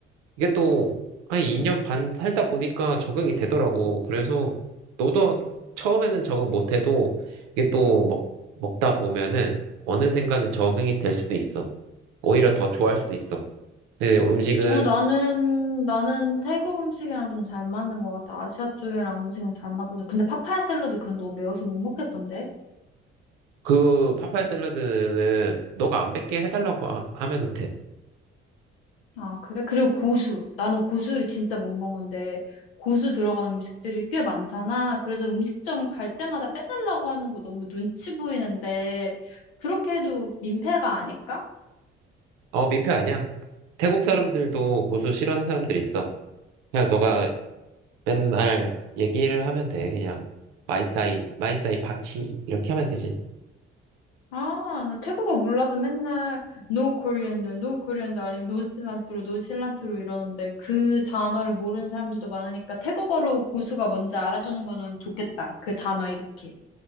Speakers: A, on the right; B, on the left.
A: 이게 또 한 2년 반 살다 보니까 적응이 되더라고. 그래서 너도 하- 처음에는 적응 못해도 이게 또 먹, 먹다 보면은 어느 순간은 적응이 될 수도 있어. 오히려 더 좋아할 수도 있어. 근데 음식은
B: 어, 나는, 나는 태국 음식이랑 좀 잘 맞는 것 같아. 아시아 쪽이랑 음식은 잘 맞아서. 근데 파파야 샐러드 그건 너무 매워서 못 먹겠던데?
A: 그 파파야 샐러드는 너가 안 맵게 해달라고 하- 하면 돼.
B: 아, 그래? 그리고 고수. 나는 고수를 진짜 못 먹는데, 고수 들어간 음식들이 꽤 많잖아. 그래서 음식점 갈 때마다 빼달라고 하는 거 너무 눈치 보이는데, 그렇게 해도 민폐가 아닐까?
A: 어, 민폐 아니야. 태국 사람들도 고수 싫어하는 사람들 있어. 그냥 너가 맨날 얘기를 하면 돼. 그냥 마이사이, 마이사이 팍치 이렇게 하면 되지.
B: 아, 나 태국어 몰라서 맨날 no coriander, no coriander 아니면 no cilantro, no cilantro 이러는데 그 단어를 모르는 사람들도 많으니까 태국어로 고수가 뭔지 알아두는 거는 좋겠다. 그 단어 이렇게.